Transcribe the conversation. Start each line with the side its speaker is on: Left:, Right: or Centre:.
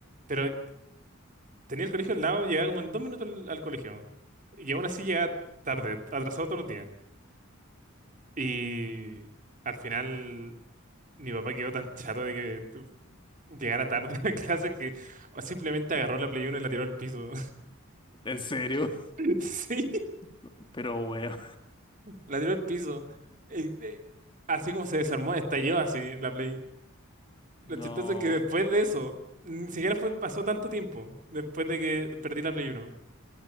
Right: Pero tenía el colegio al lado, llegaba como en dos minutos al, al colegio. Y aún así llegaba tarde, atrasado todos los días. Y al final mi papá quedó tan chato de que tu- llegara tarde <laughs> a clase que simplemente agarró la Play uno y la tiró al piso.
Left: En serio,
Right: <laughs> Sí,
Left: <laughs> pero weón.
Right: la tiró al piso. Eh, eh, Así como se desarmó, estalló así la Play.
Left: No.
Right: Lo chistoso es que después de eso, ni siquiera fue, pasó tanto tiempo después de que perdí la Play uno